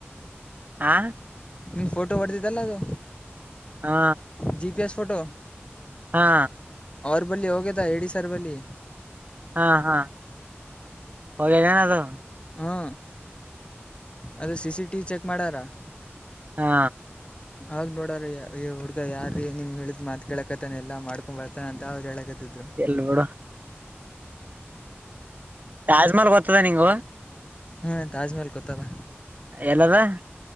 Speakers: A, on the right (about 40°); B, on the left (about 25°).
A: ಹಾ
B: ನಿನ್ನ ಫೋಟೋ ಹೊಡೆದಿದ್ದಲ್ಲ ಅದು
A: ಹಾ
B: ಜಿ ಪಿ ಎಸ್ ಫೋಟೋ.
A: ಹಾ
B: ಅವ್ರ ಬಳಿ ಹೋಗ್ಯದ ಎಡಿ ಸರ್ ಬಳಿ
A: ಹಾ ಹಾ ಹೋಗಲ್ಲನಾದು
B: ಹಾ ಅದೇ C C T V check ಮಾಡ್ಯಾರಾ.
A: ಹಾ
B: ಆ ನೋಡ್ರೀ ಈ ಹುಡ್ಗ ಯಾರೀ ನಿಮ್ ಹೇಳಿದ್ ಮಾತ ಕೇಳಕತಾನ ಎಲ್ಲ ಮಾಡ್ಕ ಬರ್ತಾನ ಅಂತ ಅವರೂ ಹೇಳಕತ್ತಿದ್ರೂ.
A: ನೋಡ ತಾಜ್ಮಹಲ್ ಗೊತ್ತದ ನಿಂಗ.
B: ಹಾ ತಾಜ್ಮಹಲ್ ಗೊತ್ತದ.
A: ಎಲ್ಲಾದ